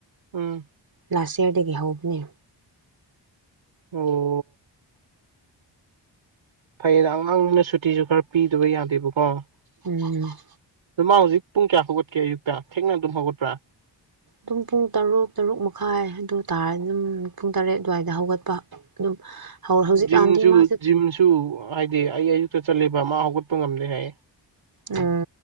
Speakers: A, on the right; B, on the right.
A: ꯎꯝ
B: ꯂꯥꯁ ꯏꯌꯔꯗꯥꯒꯤ ꯍꯧꯕꯅꯦ
A: ꯑꯣ ꯐꯩꯌꯦꯗ ꯑꯉꯥꯡꯅꯦꯅ ꯁꯨꯇꯤꯁꯨ ꯈꯔ ꯄꯤꯗꯕ ꯌꯥꯗꯦꯕꯀꯣ
B: ꯎꯝ
A: ꯑꯗꯨꯃꯥ ꯍꯧꯖꯤꯛ ꯄꯨꯡ ꯀꯌꯥ ꯍꯧꯒꯠꯀꯦ ꯑꯌꯨꯛꯇꯥ ꯊꯦꯡꯅ ꯑꯗꯨꯝ ꯍꯧꯒꯠꯄ꯭ꯔꯥ
B: ꯇꯨꯝ ꯄꯨꯡ ꯇꯔꯨꯛ ꯇꯔꯨꯛ ꯃꯈꯥꯏ ꯑꯗꯨꯇꯥꯥꯔꯗꯤ ꯑꯗꯨꯝ ꯄꯨꯡ ꯇꯔꯦꯠ ꯑꯗꯨꯋꯥꯏꯗ ꯍꯧꯒꯠꯄꯥ ꯑꯗꯨꯝ <inaudible>
A: ꯖꯤꯝꯁꯨ
B: ꯃꯥꯁꯦ
A: ꯖꯤꯝꯁꯨ ꯍꯥꯏꯗꯤ ꯑꯩ ꯑꯌꯨꯛꯇꯥ ꯆꯠꯂꯤꯕ ꯃꯥ ꯍꯧꯒꯠꯄ ꯉꯝꯗꯦ ꯍꯥꯏꯌꯦ
B: ꯎꯝ